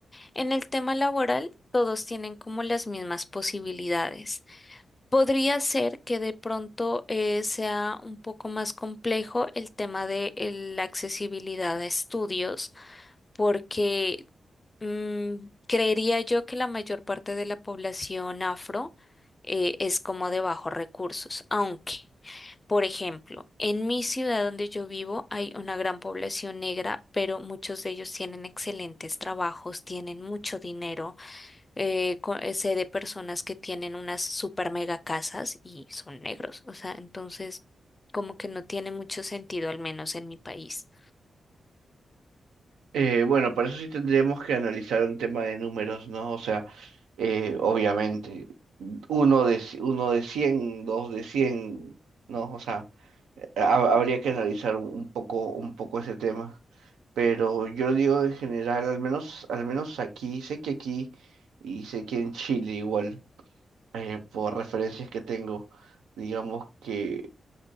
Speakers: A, on the left; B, on the right.
A: En el tema laboral, todos tienen como las mismas posibilidades. Podría ser que de pronto eh, sea un poco más complejo el tema de eh, la accesibilidad a estudios porque mm, creería yo que la mayor parte de la población afro eh, es como de bajos recursos, aunque, por ejemplo, en mi ciudad donde yo vivo hay una gran población negra, pero muchos de ellos tienen excelentes trabajos, tienen mucho dinero. eh, co- eh, sé de personas que tienen unas super mega casas y son negros, o sea, entonces como que no tiene mucho sentido, al menos en mi país.
B: Eh, bueno, para eso sí tendríamos que analizar un tema de números, ¿no? O sea, eh, obviamente, uno de, ci- uno de cien dos de cien ¿no? O sea, eh, ha- habría que analizar un un poco, un poco ese tema. Pero yo digo en general, al menos, al menos aquí, sé que aquí y sé que en Chile igual, eh, por referencias que tengo, digamos que